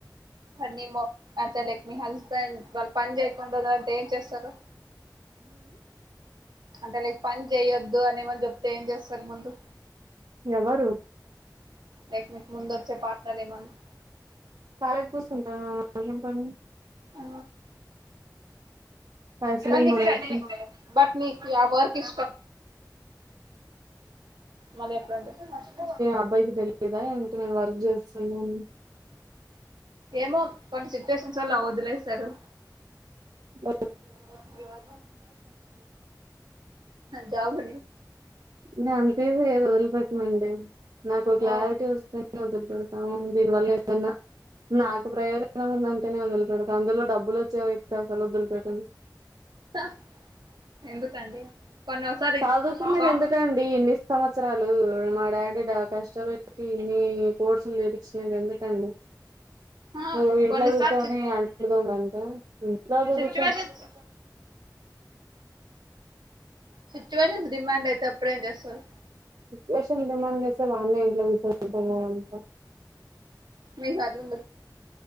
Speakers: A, on the right; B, on the right.
A: అన్నిలో అంటే లైక్ మీ హస్బెండ్ వాళ్ళు పని చేయకుడాదు అంటే ఏం చేస్తారు. అంటే లైక్ పని చేయొద్దు అనివాళ్ళు చెప్తే ఏం చేస్తారు ముందు.
B: ఎవరు
A: లైక్ మీకు ముందు వచ్చే పార్ట్నర్ ఏమన్నా.
B: కలిగాకుసుంటను ఏం పని
A: ఆ,
B: పైసలున్నొడేతే.
A: కానీ నీకు చ బట్ నీకు ఆ వర్క్ ఇష్టం మళ్ళీ ఎప్పుడంటే చెప్పి
B: అబ్బాయికి తెలియదా ఏంటి నేను వర్క్ చేస్తున్నాను
A: ఏమో కొన్ని సిచ్యువేషన్స్ వాల్ల వదిలేస్తారు.
B: బ
A: ఆహా జాబ్
B: నేను అంతసి ఏది వదిలిపెట్టనండి. నాకు
A: హ
B: క్లారిటీ వస్తేే వదిలిపెడతాను. దీని వల్ల ఏదన్నా నాకు ప్రయోజనం ఉందంటే. నేను వదిలిపెడతాం అందులో డబ్బులు వచ్చే వ్యతే అసలు వదిలిపెట్టడి.
A: హా ఎందుకండి కొన్ని ఒకసారి
B: చదువుకునేది
A: కాం
B: ఎందుకండి. ఇన్ని సంవత్సరాలు మా డాడీడా కష్టపెట్టి ఇన్ని కోర్సులు నేర్పించినది ఎందుకండి.
A: ఆ
B: నువ్ ఇంట్లో
A: కొన్నిసార్లు
B: కూసోని
A: సి
B: అంట్లుతొమదానిక తోమడానికా.
A: సిచ్యువేషన్స్ సిచ్యూవేషన్స్ డిమాండ్ అయితేప్ అప్పుడేంచేస్తరు.
B: సిచ్యూవేషన్ డిమాండ్ చేస్తే వాళ్లే ఇంట్ల కుసోని తిన్నావ్ అం
A: మీకు అర్థం